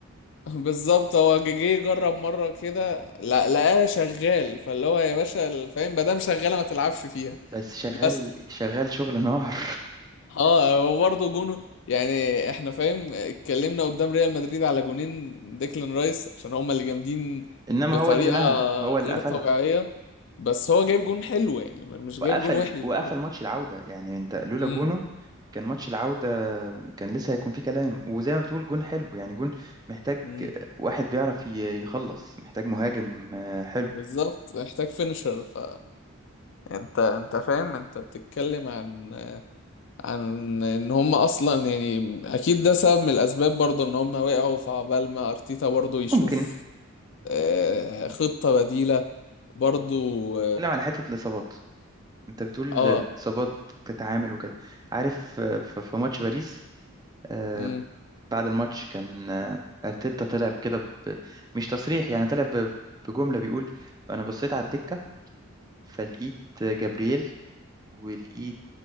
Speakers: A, on the left; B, on the right.
A: <laughs> بالظبط هو جه جه جرب مره كده لا لقاها شغال فاللي هو يا باشا فاهم ما دام شغاله ما تلعبش فيها
B: بس شغال
A: بس
B: شغال شغل نار
A: اه وبرضه جونه يعني احنا فاهم اتكلمنا قدام ريال مدريد على جونين ديكلان رايس عشان هما اللي جامدين
B: <laughs> انما
A: بطريقة
B: هو اللي نهى هو اللي
A: غير
B: قفلها
A: طبيعية بس هو جايب جون حلو يعني مش جايب
B: وقفل
A: جون وحش
B: وقفل
A: برضه
B: ماتش العودة يعني انت لولا
A: امم
B: جونه كان ماتش العودة كان لسه هيكون فيه كلام وزي ما بتقول جون حلو يعني جون محتاج
A: امم
B: واحد بيعرف ي- يخلص محتاج مهاجم آه، حلو
A: بالظبط محتاج فينشر ف انت انت فاهم انت بتتكلم عن عن ان هم اصلا يعني اكيد ده سبب من الاسباب برضه ان هم وقعوا في عبال ما ارتيتا برضه يشوف
B: ممكن
A: آه، خطة بديلة برضو
B: نتكلم على حتة الإصابات انت بتقول
A: اه
B: الإصابات كتعامل وكده عارف آه، في في ماتش باريس آه،
A: مم.
B: بعد الماتش كان آه، ارتيتا طلع كده ب... مش تصريح يعني طلع ب... بجمله بيقول انا بصيت على الدكه فلقيت جابرييل ولقيت